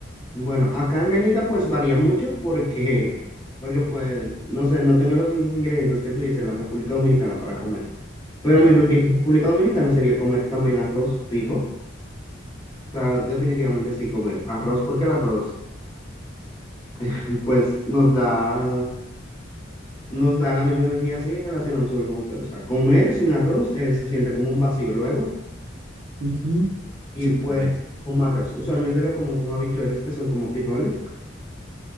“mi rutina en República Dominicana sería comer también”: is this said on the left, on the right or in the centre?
Left